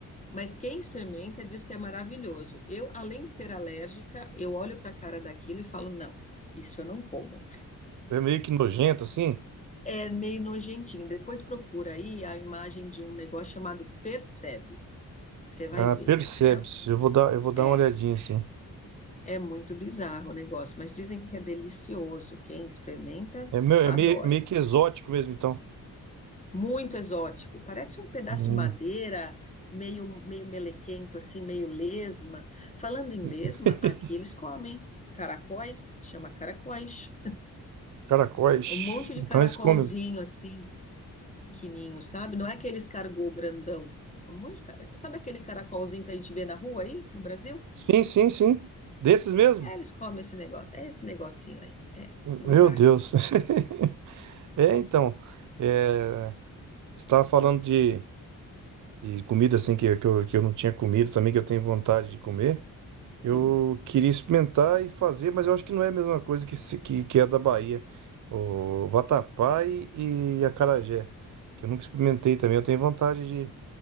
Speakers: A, on the left; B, on the right.
A: Mas quem experimenta diz que é maravilhoso. Eu, além de ser alérgica, eu olho para a cara daquilo e falo, não, isso eu não como.
B: é meio que nojento, assim.
A: É meio nojentinho. Depois procura aí a imagem de um negócio chamado Percebes. Você vai
B: Ah,
A: ver.
B: percebe-se.
A: É,
B: Eu vou dar, eu vou dar
A: é,
B: uma olhadinha, assim.
A: é muito bizarro o negócio, mas dizem que é delicioso. Quem experimenta,
B: É, meu, é
A: adora.
B: meio, meio que exótico mesmo, então.
A: Muito exótico. Parece um pedaço
B: Hum.
A: de madeira, meio, meio melequento, assim, meio lesma. Falando em lesma,
B: <laughs>
A: aqui eles comem caracóis, chama caracóis.
B: Caracóis.
A: Um monte de
B: Então
A: caracolzinho,
B: eles comem.
A: assim, pequenininho, sabe? Não é aquele escargot grandão. Um monte de... ca- Sabe aquele caracolzinho que a gente vê na rua aí, no Brasil?
B: Sim, sim, sim. Desses mesmo?
A: É, eles comem esse negócio, é esse negocinho aí. É, não
B: Meu
A: dá.
B: Deus. <laughs> É, então. É, você estava falando de, de comida assim que, que, eu, que eu não tinha comido também, que eu tenho vontade de comer. Eu
A: Uhum.
B: queria experimentar e fazer, mas eu acho que não é a mesma coisa que, se- que, que é da Bahia. O vatapá e, e acarajé, que eu nunca experimentei também. Eu tenho vontade de